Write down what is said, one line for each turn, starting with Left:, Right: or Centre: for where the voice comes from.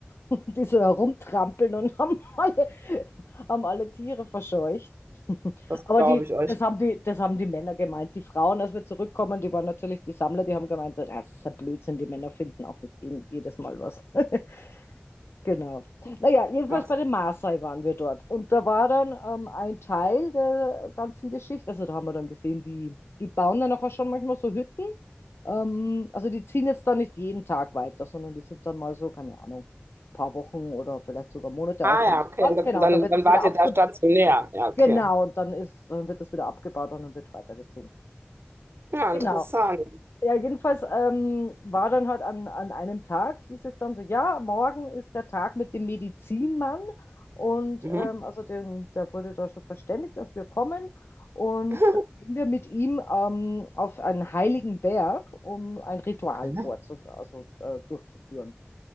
Left: <laughs> Und die so herumtrampeln und <laughs> haben alle, haben alle Tiere verscheucht. <laughs>
Right: Das
Left: Aber
Right: glaube
Left: die,
Right: ich euch.
Left: das, haben die, das haben die Männer gemeint. Die Frauen, als wir zurückkommen, die waren natürlich die Sammler, die haben gemeint, so, "Ah, das ist ja Blödsinn, die Männer finden auch nicht jeden- jedes Mal was. <laughs> Genau. Naja, jedenfalls
Right: Ach,
Left: bei den Maasai waren wir dort. Und da war dann ähm, ein Teil der ganzen Geschichte. Also da haben wir dann gesehen, wie die bauen dann auch schon manchmal so Hütten. Ähm, also die ziehen jetzt dann nicht jeden Tag weiter, sondern die sind dann mal so, keine Ahnung, paar Wochen oder vielleicht sogar Monate
Right: ah
Left: auf
Right: ja,
Left: einem
Right: okay.
Left: Ort.
Right: Und das-
Left: Genau,
Right: Dann,
Left: da wird
Right: dann
Left: es
Right: wart
Left: wieder abge...
Right: ihr da stationär. Ja, okay.
Left: Genau, und dann ist, dann wird es wieder abgebaut und dann wird weitergezogen.
Right: Ja,
Left: Genau.
Right: interessant.
Left: Ja, jedenfalls ähm, war dann halt an, an einem Tag, hieß es dann so, ja, morgen ist der Tag mit dem Medizinmann. Und
Right: Mhm.
Left: ähm, also den, der wurde da schon verständigt, dass wir kommen. Und
Right: <laughs>
Left: dann gehen wir mit ihm ähm, auf einen heiligen Berg, um ein Ritual
Right: Mhm.
Left: vorzu also, äh, durchzuführen